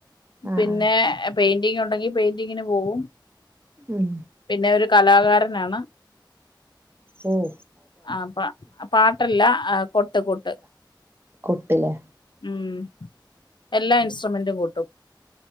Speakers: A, on the right; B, on the left.
A: ആഹ്
B: പിന്നെ
A: ആഹ്
B: പെയിന്റിങ്ങുണ്ടെങ്കി പെയിന്റിങ്ങിന് പോകും.
A: ഉം
B: പിന്നെ ഒരു കലാകാരനാണ്.
A: ഉം.
B: ആഹ് പ പാട്ടല്ല ഏഹ് കൊട്ട് കൊട്ട്.
A: കൊട്ട് ലേ.
B: ഉം, എല്ലാ ഇൻസ്ട്ട്രുമെന്റും കൊട്ടും.